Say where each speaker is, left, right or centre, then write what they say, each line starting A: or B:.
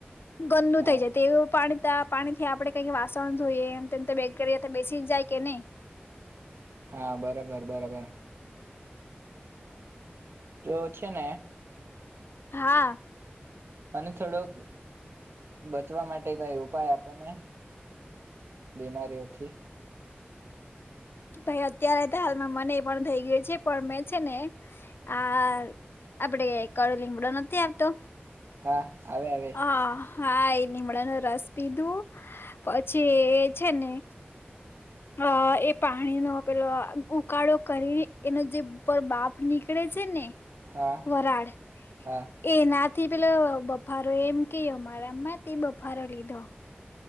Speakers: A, on the left (about 65°); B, on the right (about 80°).
A: ગંદુ
B: હા
A: થઈ જાય. તે પાણી તા પાણી થી આપણે કઈક વાસણ ધોઈએ ત બે <unintelligible> બેસી જાય કે નહી.
B: હા બરાબર બરાબર તો છે ને
A: હા.
B: મને થોડોક બચવા માટે કઈ ઉપાય આપોને, બીમારીઓથી.
A: ભાઈ અત્યારે તો હાલમાં મને એ પણ થઈ ગયું છે પણ મેં છે ને, આ આપડે કડ લીમડો નથી આવતો.
B: હા આવે આવે.
A: હ હા એ લીમડા ન રસ પીધું, પછી એ છે ને અ એ પાણીનો પેલો ઉકાળો કરી એનો જે ઉપર બાપ નીકળે છે ને.
B: હા
A: વરાળ,
B: હા
A: એનાથ થી પેલા બફારો એમ કેયો મારા આમાં તે બફારો લીધો.